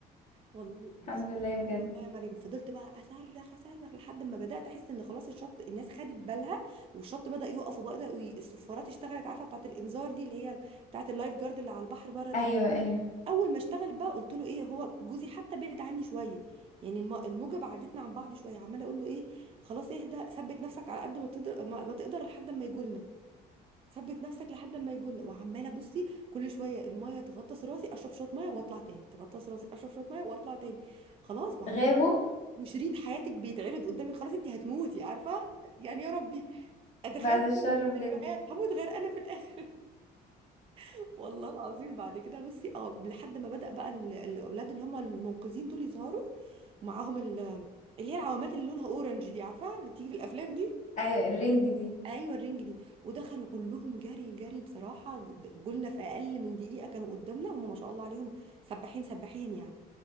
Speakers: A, on the right; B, on the left.
A: والله بص
B: الحمد لله بجد
A: والله يا مريم فضلت بقى اصرخ اصرخ لحد ما بدات احس ان خلاص الشط الناس خدت بالها والشط بدا يقف وبدا ي- الصفارات اشتغلت عارفه بتاعه الانذار دي اللي هي بتاعه اللايف جارد اللي على البحر بره ده
B: ايوه ايوه
A: اول ما اشتغلت بقى قلت له ايه هو جوزي حتى بعد عني شويه يعني الم- الموجه بعدتنا عن بعض شويه عماله اقول له ايه خلاص اهدى ثبت نفسك على قد ما تقدر ما ما تقدر لحد ما يجولنا ثبت نفسك لحد ما يجن وعماله بصي كل شويه المايه تغطس راسي اشرب شويه مايه واطلع تاني تغطس راسي اشرب شويه مايه واطلع تاني خلاص وعمال
B: غابوا
A: وشريط حياتك بيتعرض قدامك خلاص انت هتموتي عارفه يعني يا ربي اتخيل
B: بعد الشر
A: كل السيناريوهات
B: بجد
A: هموت غير انا في الاخر <laughs> والله العظيم بعد كده بصي اه لحد ما بدأ بقى ال- الاولاد اللي هم المنقذين دول يظهروا ومعاهم ال- اللي هي العوامات اللي لونها اورنج دي عارفه اللي بتيجي في الافلام دي
B: ايوه الرنج دي
A: ايوه الرنج دي ودخلوا كلهم جري جري بصراحه جولنا في اقل من دقيقه كانوا قدامنا هم ما شاء الله عليهم سباحين سباحين يعني